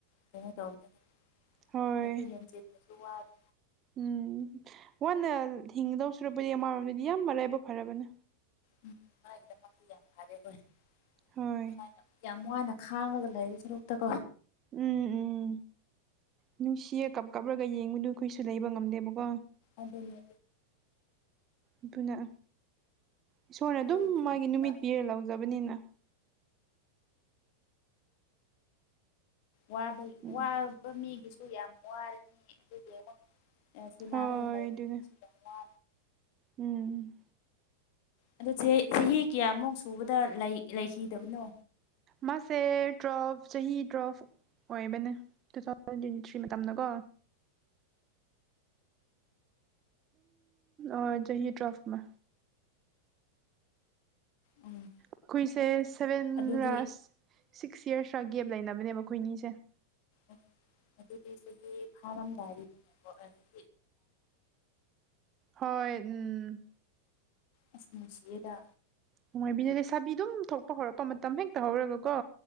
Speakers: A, on the left (about 45°); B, on the right (about 30°).
A: ꯀꯩꯅꯣ ꯇꯧꯕꯅꯤꯗ
B: ꯍꯣꯏ
A: ꯍꯦꯟꯖꯤꯟꯕꯁꯨ ꯋꯥꯔꯦ
B: ꯎꯝ ꯋꯥꯅ ꯍꯤꯡꯒꯗꯧ ꯁꯨꯔꯨꯛꯄꯗꯤ ꯑꯃꯔꯣꯝꯗꯗꯤ ꯌꯥꯝ ꯃꯔꯥꯏꯕ ꯐꯔꯕꯅꯦ
A: ꯎꯝ ꯃꯥꯒꯤꯗꯃꯛꯇꯥꯗꯤ ꯌꯥꯝ ꯐꯥꯔꯦ ꯑꯈꯣꯏꯅ
B: ꯍꯣꯏ
A: ꯑꯗꯨꯃꯥꯏꯅ ꯌꯥꯝ ꯋꯥꯅ ꯈꯥꯡꯉꯒ ꯂꯩꯕ ꯁꯔꯨꯛꯇꯀꯣ
B: ꯎꯝ ꯎꯝ ꯅꯨꯡꯁꯤꯌꯦ ꯀꯞ ꯀꯞꯂꯒ ꯌꯦꯡꯕꯗꯨ ꯑꯩꯈꯣꯏꯁꯨ ꯂꯩꯕ ꯉꯝꯗꯦꯕꯀꯣ
A: ꯑꯗꯨꯅꯦ
B: ꯑꯗꯨꯅ ꯏꯁꯣꯔꯅ
A: ꯏꯁꯣꯔꯒꯤ
B: ꯑꯗꯨꯝ ꯃꯥꯒꯤ
A: ꯑꯅꯤꯡꯕ
B: ꯅꯨꯃꯤꯠ ꯄꯤꯔꯥ ꯂꯧꯖꯕꯅꯤꯅ
A: ꯋꯥꯕꯩ
B: ꯎꯝ
A: ꯋꯥ ꯃꯤꯒꯤꯁꯨ ꯌꯥꯝꯅ ꯋꯥꯔꯥꯅꯤ ꯑꯗꯨꯒꯤ ꯑꯃꯨꯛ ꯑꯦꯁꯤ
B: ꯍꯣꯏ
A: ꯅꯔꯒꯥ ꯂꯩ
B: ꯑꯗꯨꯅꯦ
A: ꯌꯥꯝ ꯋꯥ
B: ꯎꯝ
A: ꯑꯗꯨ ꯆꯦ ꯆꯍꯤ ꯀꯌꯥꯃꯨꯛ ꯁꯨꯕꯗ ꯂꯩ ꯂꯩꯈꯤꯗꯕꯅꯣ
B: ꯃꯥꯁꯦ ꯇꯨꯋꯦꯜꯞ ꯆꯍꯤ ꯇꯨꯋꯦꯜꯞ ꯑꯣꯏꯕꯅꯦ ꯇꯨ ꯊꯥꯎꯖꯟ ꯇꯋꯦꯟꯊ꯭ꯔꯤ ꯃꯇꯝꯗꯀꯣ ꯑꯗꯨꯝ ꯆꯍꯤ ꯇ꯭ꯔꯥꯐꯃꯥ
A: ꯎꯝ
B: ꯑꯩꯈꯣꯏꯁꯦ ꯁꯕꯦꯟ
A: ꯑꯗꯨꯗꯤ
B: ꯔꯥꯁ ꯁꯤꯛꯁ ꯌꯥꯔꯁ ꯔꯥ ꯒꯦꯞ ꯂꯩꯅꯕꯅꯦꯕ ꯑꯩꯈꯣꯏꯅꯤꯁꯦ
A: ꯎꯝ ꯑꯗꯨꯗꯤ ꯆꯍꯤ ꯐꯥꯔꯝꯗꯥꯏꯗꯅꯤꯅꯦꯀꯣ ꯑꯗꯨ
B: ꯍꯣꯏ ꯎꯝ
A: ꯑꯁ ꯅꯨꯡꯁꯤꯌꯦꯗ
B: ꯅꯨꯡꯉꯥꯏꯕꯤꯗꯦ ꯂꯩꯁꯥꯕꯤ ꯑꯗꯨꯝ ꯊꯣꯛꯄ ꯍꯧꯔꯛꯄ ꯃꯇꯝ ꯍꯦꯛꯇ ꯍꯧꯔꯒ ꯀꯣ